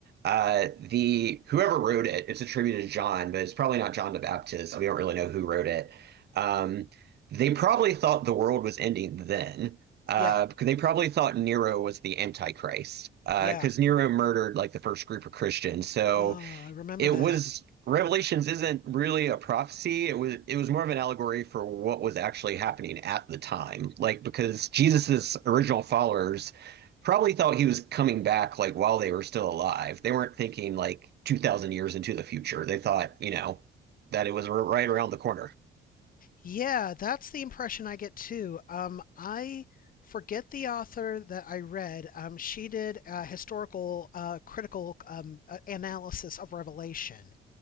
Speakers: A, on the right (about 55°); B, on the left (about 45°).
A: uh, the whoever wrote it, it's attributed to John, but it's probably not John the Baptist. We don't really know who wrote it. Um, they probably thought the world was ending then. Uh,
B: Yeah,
A: because they probably thought Nero was the Antichrist, uh,
B: yeah.
A: because Nero murdered like the first group of Christians. So,
B: Uh, I remember
A: it
B: that.
A: was Revelations isn't really a prophecy. It was it was more of an allegory for what was actually happening at the time. Like because Jesus's original followers probably thought he was coming back like while they were still alive. They weren't thinking like 2000 years into the future. They thought, you know, that it was r- right around the corner.
B: Yeah, that's the impression I get too. Um, I forget the author that I read. Um, she did a historical, uh, critical um, uh, analysis of Revelation.